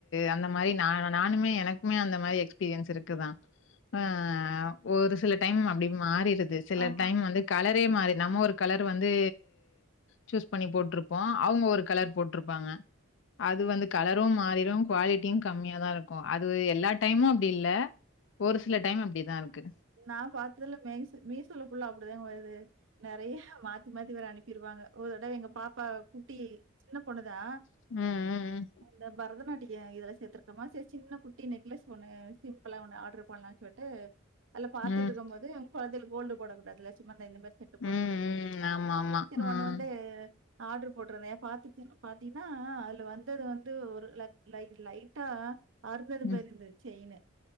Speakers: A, on the left; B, on the right.
A: அந்த மாரி நா நானுமே எனக் மே அந்த மாரி எக்ஸ்பீரியன்ஸ் இருக்குதா அ ஒரு சில டைம் அப்டி மாறிடுது சில
B: ஆமா.
A: டைம் வந்து கலரே மாறி நம்ம ஒரு கலர் வந் து சூஸ் பண்ணி போட்ருப்போ அவுங்க ஒரு கலர் போட்ருப்பாங்க அது வந்து கலரும் மாறிரு குவாலிட்டியு கம்மிய தா இருக்கு அது எல்லா டைமு அப்டி இல்ல ஒரு சில டைம் அப்டிதா இருக்கு
B: நான் பாத்ததுல மேஸ் மீசோல்ல ஃபுள்ளா அப்டிதாங்க வருது நெறைய மாத்தி மாத்தி வேற அனுப்பிருவாங்க ஒரு தடவ எங்க பாப்பா குட்டி சின்ன பொண்ணுதா
A: ம் ம் ம்
B: அந்த பரதநாட்டிய இதுல சேர்த்திருக்கோமா சரி சின்ன குட்டி நெக்லஸ் ஒன்னு சிம்பிளா ஒன்னு ஆட்ரு பண்லான் சொல்ட்டு அதுல பாத்துட்டு
A: ம்
B: இருக்கு போது கொழந்தைல் கோல்டு போடக் கூடாதுல சும்மா இந்த இந்த மாரி செட்டு போட்டு
A: ம் ம்
B: விடுங்க சொல்லிருந்தாங்க
A: ம் ஆமா ஆமா
B: சரி
A: ம்
B: ஒன்னு வந்து ஆட்ரு போட்டிருந்தே பாத்திச்சி பாத்தினா அல வந்தது வந்து ஒரு ல லை லைட்டா அறுந்தது
A: ம்
B: மேரி இருந்து செயினு